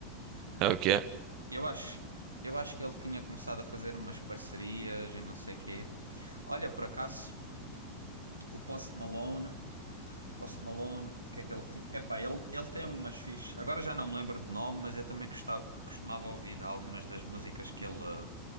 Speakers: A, on the right; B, on the right.
A: é o que é.
B: Eu acho, eu acho que ele tinha começado a fazer umas parcerias e não sei quê. Olha, por acaso, o Post Malone. Post Malone, o que é que ele tinha? Epá, ele, ele tem umas fichas. Agora já não me lembro de nome, mas eu também gostava, costumava ouvir algumas das músicas que ele,